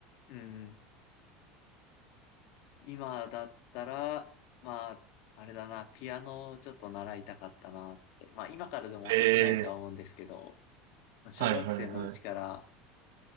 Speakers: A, on the left; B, on the right.
A: うん。今だったら、まあ、あれだな、ピアノをちょっと習いたかったなって。まあ今からでも遅くないとは思うんですけど、
B: ええ
A: まあ小学生のうちから
B: はいはいはい。